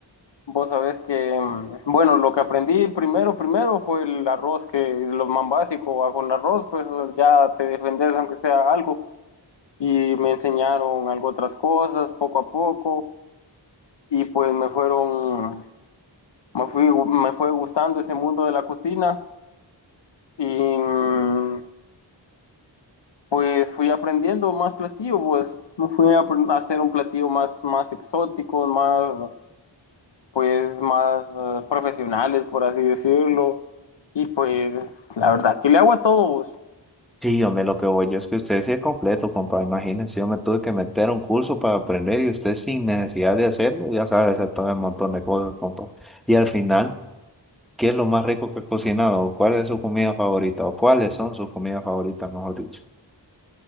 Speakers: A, on the left; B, in the centre.
A: vos sabés que, mm, bueno, lo que aprendí primero, primero fue el arroz, que es lo más básico, va con arroz, pues ya te defendes aunque sea algo. Y me enseñaron algo otras cosas, poco a poco, y pues me fueron, me fui, me fue gustando ese mundo de la cocina, y mm, pues fui aprendiendo más platillo, pues no fui a apren- a hacer un platillo más, más exótico, más, pues más eh, profesionales, por así decirlo. Y pues la verdad que le hago a todos.
B: Sí, hombre, lo que voy yo es que usted sí es completo, compa. Imagínense, yo me tuve que meter a un curso para aprender y usted sin necesidad de hacerlo, ya sabe hacer todo un montón de cosas, compa. Y al final, ¿qué es lo más rico que ha cocinado? ¿O ¿Cuál es su comida favorita? ¿O cuáles son sus comidas favoritas, mejor dicho?